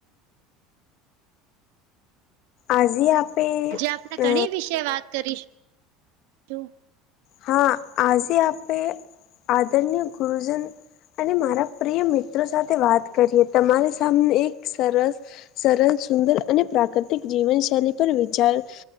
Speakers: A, on the left; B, on the right.
A: આજે આપે
B: આપણે ઘણી
A: અ
B: વિશે કરીશું?
A: હા આઝે આપે આદરણી્ય ગુરુજન અને મારા પ્રિય મિત્રો સાથે વાત કરીએ. તમારી સામને એક સરસ સરળ સુંદર અને પ્રાકૃતિક જીવનશૈલી પર વિચાર